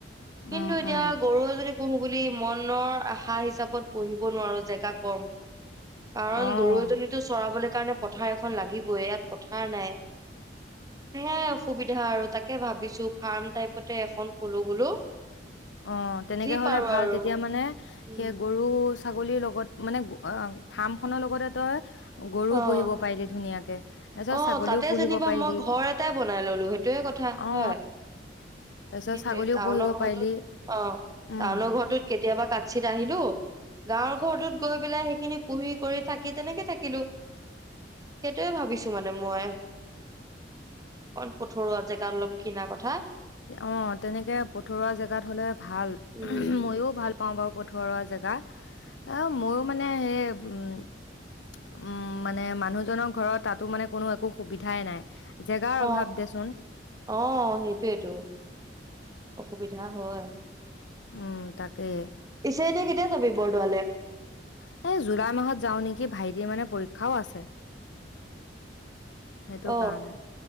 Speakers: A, on the left (about 80°); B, on the right (about 20°).
A: উম
B: কিন্তু এতিয়া
A: উম
B: গৰু এজনী পোহো বুলি মনৰ আশা হিচাপত পঢ়িব নোৱাৰো জেগা কম। কাৰণ
A: অঁ
B: গৰু এজনীটো চৰাব লে কাৰণে পথাৰ এখন লাগিবই ইয়াত পথাৰ নাই, সেইয়াই অসুবিধা আৰু তাকে ভাবিছো ফাৰ্ম টাইপতে এখন ফুলো বোলো।
A: অ তেনেকে
B: যি
A: হলে
B: পাৰো
A: ভাল
B: আৰু
A: তেতিয়া মানে
B: উম
A: সেই গৰু ছাগলীৰ লগত মানে ফাৰ্ম খনৰ লগতে তই গৰুও
B: অ
A: পুহিব পাৰিলি ধুনীয়াকে, তাৰপিছত
B: অ
A: ছাগলীও
B: তাতে
A: পুহিব
B: যেনিবা
A: পাৰিলি,
B: মই ঘৰ এটাই বনাই ললো সেইটোয়ে কথা
A: অ
B: হয়
A: তাৰপিছত
B: সেইটোয়ে
A: ছাগলীও
B: টাউনৰ
A: পুহিব
B: ঘৰটোত
A: পাৰিলি
B: অ,
A: উম
B: টাউনৰ ঘৰটোত কেতিয়াবা কাছিত আহিলো, গাঁৱৰ ঘৰটোত গৈ পেলাই সেইখিনি পুহি কৰি থাকি তেনেকে থাকিলো। সেইটোৱে ভাবিছো মানে মই, অণ পথৰুৱা জেগাত অলপ কিণা কথা।
A: অ তেনেকে পথৰুৱা জেগাত হলে ভাল
B: উম
A: মইও ভাল পাওঁ বাৰু। পথৰুৱা জেগা। অ মইয়ো মানে সেই উম, উম মানে মানুহজনৰ ঘৰত তাতো মানে কোনো একো সুবিধাই নাই জেগাৰ
B: অ,
A: অভাৱ দেচোন
B: অ সেইটো। টো, অসুবিধা হয়।
A: উম তাকে।
B: পিছে এতিয়া কেতিয়া যাবি বৰদোৱালে?
A: হে জুলাই মাহত যাও নেকি ভাইটিৰ মানে পৰীক্ষাও আছে। সেইটো
B: অ
A: কাৰনে।